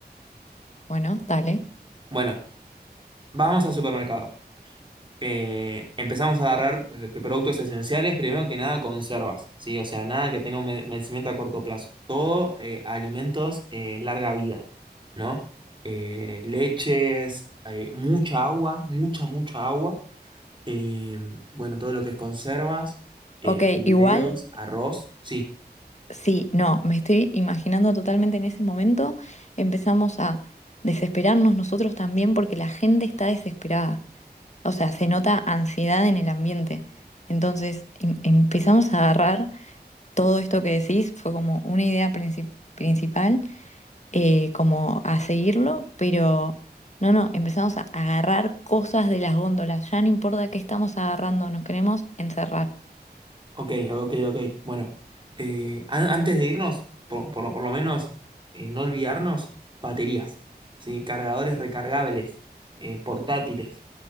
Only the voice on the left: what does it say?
Bueno, dale.
Ok,
igual,
sí, no, me estoy imaginando totalmente en ese momento, empezamos a desesperarnos nosotros también porque la gente está desesperada. O sea, se nota ansiedad en el ambiente. Entonces, em- empezamos a agarrar todo esto que decís, fue como una idea princip- principal, eh, como a seguirlo, pero no, no, empezamos a agarrar cosas de las góndolas, ya no importa qué estamos agarrando, nos queremos encerrar.